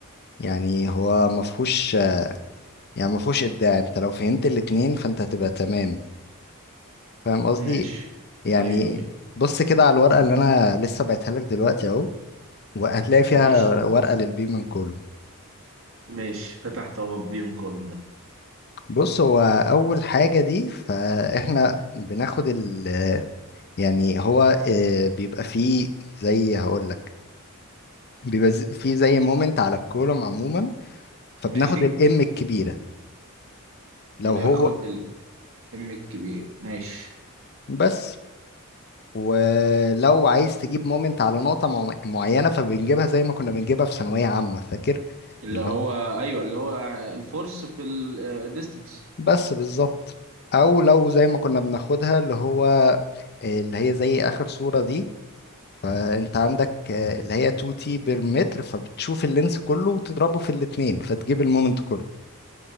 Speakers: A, on the left (about 50°); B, on the right (about 65°).
A: يعني هو مفهوش يعني مفهوش ابداع انت لو فهمت الاتنين فانت هتبقى تمام فاهم قصدي
B: ماشي
A: يعني
B: ايوه ايوه
A: بص كده على الورقة اللي انا لسه بعتها لك دلوقتي اهو وهتلاقي فيها
B: ماشي
A: ورقة للبيم كولوم
B: ماشي فتحت اهو البيم كولوم ده
A: بص هو اول حاجه دي فاحنا بناخد ال يعني هو آه، بيبقى فيه زي هقول لك بيبقى ز- فيه زي مومنت على الكولوم عموما فبناخد
B: ماشي
A: الام الكبيره
B: بناخد
A: لو هو
B: الام الكبير ماشي
A: بس ولو عايز تجيب مومنت على نقطه مع- معينه فبنجيبها زي ما كنا بنجيبها في ثانويه عامه فاكر
B: اللي
A: اللي
B: هو
A: هو
B: ايوه اللي هو الفورس في الديستنس
A: بس بالظبط او لو زي ما كنا بناخدها اللي هو آه، اللي هي زي اخر صوره دي فانت عندك آه، اللي هي 2 تي بير متر فبتشوف اللينس كله وتضربه في الاتنين فتجيب المومنت كله